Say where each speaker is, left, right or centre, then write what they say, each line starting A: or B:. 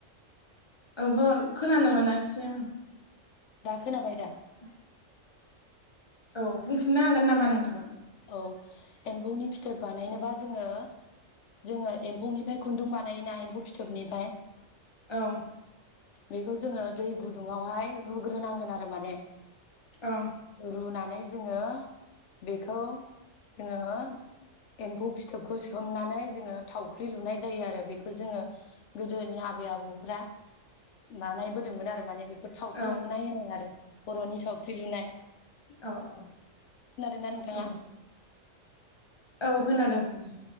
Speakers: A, on the left; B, on the left.
A: ओहो खोनानो मोनाखिसै आङो
B: दा खोनाबाय दा?
A: <inaudible> औ बुंफिननो हागोन नामा नोंथाङा?
B: औ एम्फौनि फिथोब बानायनोबा जोङो जोङो एम्फौनिफ्राय खुन्दुं बानायोना एम्फौ फिथोबनिफ्राय
A: औ
B: बेखौ जोङो दै गुदुङावहाय रुग्रोनांगोन आरो माने।
A: औ
B: रुना जोङो बे बेखौ जोङो एम्फौ फिथोबखौ सोमनानै जोङो थावख्रि लुनाय जायो आरो बेखौ जोङो गोदोनि आबै आबौफ्रा बानायबोदोंमोन आरो माने बे थावख्रि
A: औ
B: लुनाय होनो आरो। बर'नि थावख्रि लुनाय
A: अ अ
B: खोनादोंना नोंथाङा
A: औ औ खोनादों खोनादों।